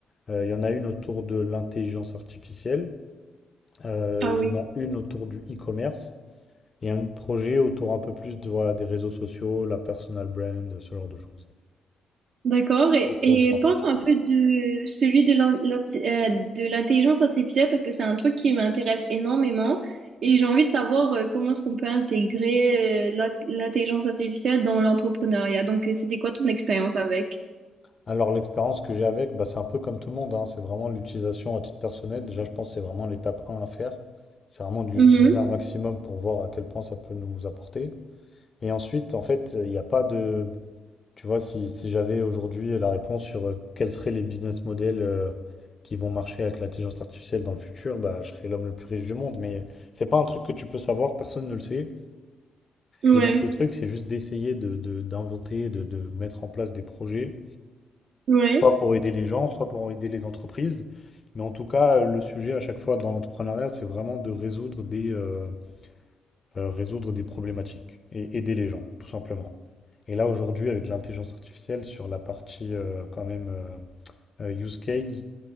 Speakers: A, on the left; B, on the right.
A: Euh, il y en a une autour de l'intelligence artificielle. Euh,
B: Ah
A: il
B: oui.
A: y en a une autour du e-commerce. Et un projet autour un peu plus de, voilà, des réseaux sociaux, la personal brand, ce genre de choses.
B: D'accord. Et,
A: Autour
B: et
A: du marketing.
B: parle un peu de celui de l'in- l'in- euh, de l'intelligence artificielle parce que c'est un truc qui m'intéresse énormément et j'ai envie de savoir euh, comment est-ce qu'on peut intégrer euh, l'int- l'intelligence artificielle dans l'entrepreneuriat. Donc, euh, c'était quoi ton expérience avec?
A: Alors l'expérience que j'ai avec, bah, c'est un peu comme tout le monde, hein, c'est vraiment l'utilisation à titre personnel. Déjà, je pense que c'est vraiment l'étape un à faire. C'est vraiment de l'utiliser
B: Mhm.
A: un maximum pour voir à quel point ça peut nous apporter. Et ensuite, en fait, il n'y a pas de... Tu vois, si, si j'avais aujourd'hui la réponse sur euh, quels seraient les business models euh, qui vont marcher avec l'intelligence artificielle dans le futur, bah, je serais l'homme le plus riche du monde. Mais c'est pas un truc que tu peux savoir, personne ne le sait.
B: Ouais,
A: Et donc le truc, c'est juste d'essayer de, de- d'inventer, de de mettre en place des projets
B: ouais.
A: soit pour aider les gens, soit pour aider les entreprises. Mais en tout cas, le sujet à chaque fois dans l'entrepreneuriat, c'est vraiment de résoudre des, euh, euh, résoudre des problématiques et aider les gens, tout simplement. Et là, aujourd'hui, avec l'intelligence artificielle, sur la partie euh, quand même euh, euh, use case,